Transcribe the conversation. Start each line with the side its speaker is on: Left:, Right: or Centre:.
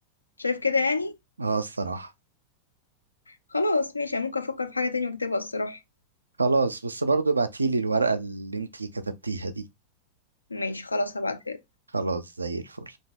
Left: شايف كده يعني
Right: اه الصراحة
Left: خلاص ماشي أنا ممكن افكر في حاجه تانية واكتبها الصراحه
Right: خلاص بس برضو ابعتيلي الورقة اللي انتي كتبتيها دي
Left: ماشي خلاص هبعتها
Right: خلاص زي الفل